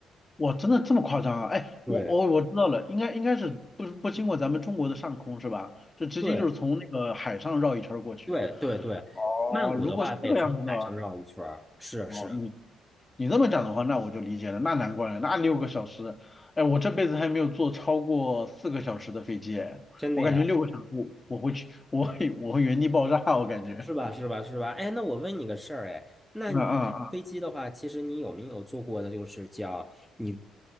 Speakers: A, on the left; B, in the centre.
A: 哇，真的这么夸张啊？哎，
B: 对
A: 我我我知道了，应该应该是不不经过咱们中国的上空是吧？就直接就是从那个海上绕一圈儿过去。
B: 对对对对，
A: 哦，
B: 曼谷的话得从海上绕一圈儿，
A: 如果是这个样子的话
B: 是是，
A: 哦，你你这么讲的话，那我就理解了，那难怪了，那六个小时，哎，我这辈子还没有坐超过四个小时的飞机，哎，
B: 真的呀。
A: 我感觉六个小时我我会去，我会我会原地爆炸，我感觉。
B: 是吧？是吧？是吧？哎，那我问你个事儿，哎，那你飞机的话，
A: 嗯嗯
B: 其实你有没有做过的，就是叫你，